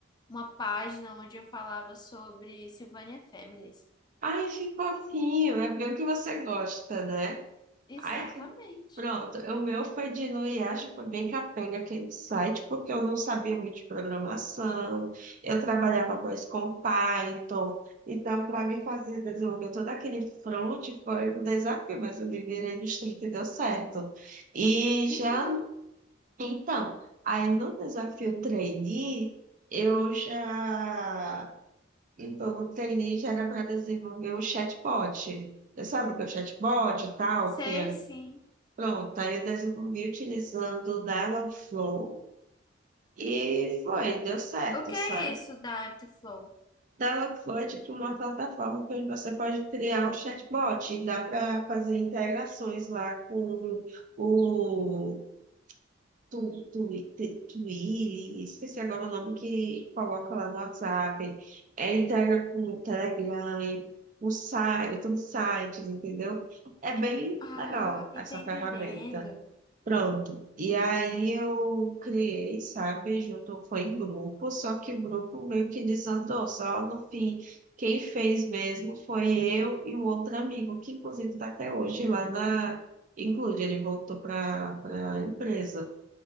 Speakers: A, on the left; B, on the right.
A: uma página onde eu falava sobre Silvânia Families.
B: Ai, que fofinho, é bem o que você gosta, né?
A: Exatamente.
B: Ai, que... Pronto, o meu foi de no IASP, foi bem capenga aquele site, porque eu não sabia muito de programação, eu trabalhava mais com Python, então para mim fazer desenvolver todo aquele front foi um desafio, mas eu me virei nos 30 e deu certo. E
A: Que
B: já,
A: bom!
B: então, aí no desafio trainee, eu já, então no trainee já era para desenvolver o chatbot. Você sabe o que é o chatbot e tal,
A: Sei
B: que é
A: sim.
B: Pronto, aí eu desenvolvi utilizando o Dialogflow e foi, deu certo,
A: O que
B: sabe?
A: é isso da Artflow?
B: Dialogflow é tipo uma plataforma que você pode criar o chatbot e dá para fazer integrações lá com o, Tu, tu, tu, Twilio, esqueci agora o nome que coloca lá no WhatsApp, é, integra com o Telegram, o site, todos os sites, entendeu? É bem
A: Ah,
B: legal essa
A: tá entendendo.
B: ferramenta. Pronto. E aí eu criei, sabe, junto, foi em grupo, só que o grupo meio que desandou, só no fim. Quem fez mesmo foi eu e um outro amigo, que inclusive está até hoje lá na Include, ele voltou para a empresa.